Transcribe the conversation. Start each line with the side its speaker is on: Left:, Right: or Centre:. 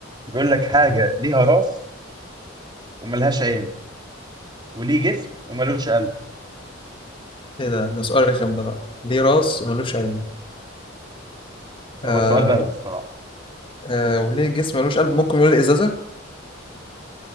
Right: بيقول لك حاجه ليها راس وملهاش عين وليه جسم وملوش قلب
Left: ايه ده ده سؤال رخم ده بقى ليه راس وملوش عين آه
Right: هو سؤال بارد الصراحة
Left: آه وليه جسم ملوش قلب ممكن نقول ازازه